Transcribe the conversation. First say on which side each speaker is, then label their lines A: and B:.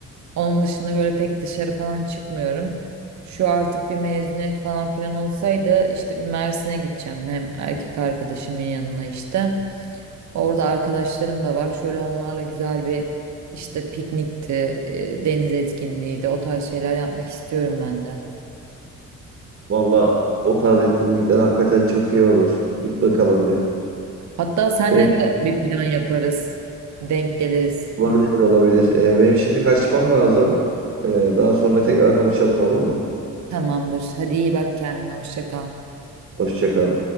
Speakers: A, on the right (about 65°); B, on the right (about 40°).
A: Onun dışında böyle pek dışarı falan çıkmıyorum. Şu artık bir mezuniyet falan filan olsaydı işte bir Mersin'e gideceğim. Hem erkek arkadaşımın yanına işte. Orada arkadaşlarım da var. Şöyle onlarla güzel bir işte piknikti, e, deniz etkinliğiydi. O tarz şeyler yapmak istiyorum ben de.
B: valla o tarz etkinlikler hakikaten çok iyi olur. Bir bakalım bir.
A: Hatta senle
B: Benim şimdi
A: de bir plan yaparız. Denk geliriz.
B: olabilir olabilir. Ee, benim şimdi kaçmam lazım. Ee, daha sonra tekrar konuşalım olur mu?
A: Tamamdır. Hadi iyi bak kendine. Hoşça kal.
B: Hoşça kal.